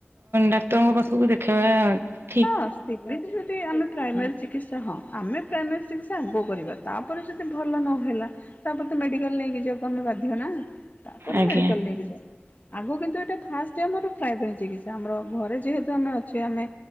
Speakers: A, on the right; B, on the left.
A: ଡାକ୍ତରଙ୍କ ପାଖକୁ ଦେଖ। ଖା
B: <unintelligible> ଯଦି ଆମେ ପ୍ରାଇମେରୀ ଚିକିତ୍ସା ହଁ ଆମେ ପ୍ରାଇମେରୀ ଚିକିତ୍ସା ଆଗ କରିବା ତାପରେ ଯଦି ଭଲ ନହେଲା। ତାପରେ ତ ମେଡିକାଲ ନେଇକି ଯିବାକୁ ଆମେ ବାଧ୍ୟ ନା ତାପରେ
A: ଆଜ୍ଞା
B: ମେଡିକାଲ ନେଇକି ଯ ଆଗ କିନ୍ତୁ ଏଇଟା ଫାଷ୍ଟ ଆମର ପ୍ରାଇଭେଟ୍ ପାଇଁ ଚିକିତ୍ସା ଆମର ଘରେ ଯେହେତୁ ଆମେ ଅଛେ ଆମେ